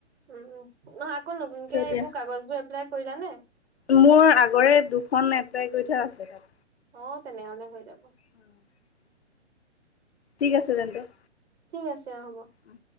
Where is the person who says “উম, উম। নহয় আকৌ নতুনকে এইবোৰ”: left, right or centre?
Right